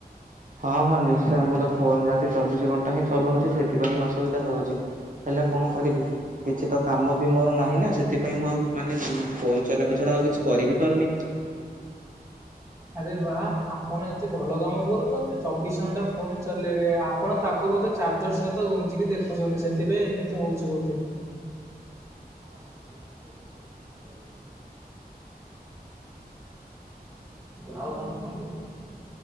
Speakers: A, on the right; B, on the right.
A: ହଁ ହଁ ନିଶ୍ଚୟ ମୁଁ ତ ଫୋନ୍ ରାତି ଚବିଶି ଘଣ୍ଟା ହିଁ ଚଲଉଛି ସେଥିପାଇଁ ଅସୁବିଧା ହଉଛି। ହେଲେ କଣ କରିବି। କିଛି ତ କାମ ବି ମୋର ନାହିଁ ନା ସେଥିପାଇଁ ମୁଁ ଆଉ ମାନେ ଫୋନ୍ ଚଲେଇବା ଛଡା ଆଉ କିଛି କରିିବି ପାରୁନି।
B: ଆରେ ବା ଆପଣ ଏତେ ଭଲ କାମ କରୁଚନ୍ତି ଚବିଶ ଘଣ୍ଟା ଫୋନ୍ ଚଲେଇବେ ଆପଣ ତା କୁ ବୋଧେ ଚାର୍ଜର ସହିତ ଘୁଞ୍ଚିକି ଦେଖୁଛନ୍ତି ସେଥିପାଇଁ ଏମିତି ହଉଛି ବୋଧେ।
A: <inaudible>
B: ଆଉ କଣ କୁହନ୍ତୁ?